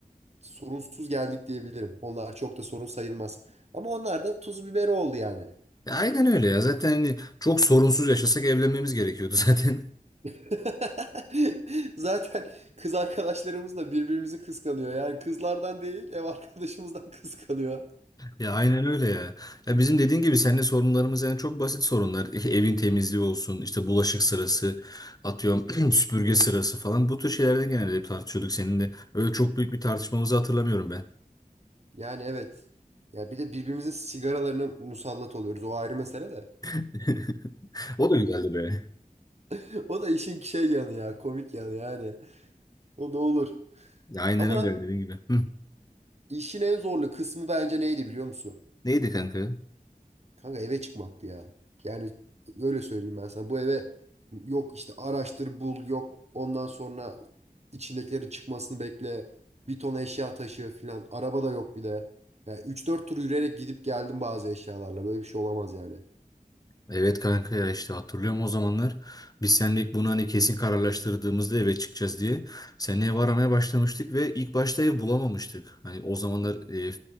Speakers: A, on the right; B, on the left.
A: sorunsuz geldik diyebilirim. Onlar çok da sorun sayılmaz. Ama onlar da tuz biberi oldu yani.
B: Aynen öyle ya. Zaten hani çok sorunsuz yaşasak evlenmemiz gerekiyordu zaten. <laughs>
A: <laughs> Zaten kız arkadaşlarımız da birbirimizi kıskanıyor. Yani kızlardan değil, ev arkadaşımızdan <laughs> kıskanıyor.
B: Ya aynen öyle ya. Ya bizim dediğin gibi seninle sorunlarımız yani çok basit sorunlar. E, Evin temizliği olsun, işte bulaşık sırası, atıyorum <clears throat> süpürge sırası falan. Bu tür şeylerde genelde hep tartışıyorduk seninle. Öyle çok büyük bir tartışmamızı hatırlamıyorum ben.
A: Yani evet. Ya bir de birbirimizin sigaralarına musallat oluyoruz. O ayrı mesele de.
B: <laughs> O da güzeldi be.
A: <laughs> O da işin şey yanı ya, komik yanı yani. O da olur.
B: Ya aynen
A: Ama
B: öyle dediğin gibi. Hı.
A: işin en zorlu kısmı bence neydi biliyor musun?
B: Neydi kanka?
A: Kanka eve çıkmaktı ya. Yani öyle söyleyeyim ben sana. Bu eve yok işte araştır bul yok ondan sonra içindekilerin çıkmasını bekle. Bir ton eşya taşı filan. Araba da yok bir de. Yani üç dört tur yürüyerek gidip geldim bazı eşyalarla. Böyle bir şey olamaz yani.
B: Evet kanka ya işte hatırlıyorum o zamanlar biz seninle ilk bunu hani kesin kararlaştırdığımızda eve çıkacağız diye seninle ev aramaya başlamıştık ve ilk başta ev bulamamıştık. Hani o zamanlar e,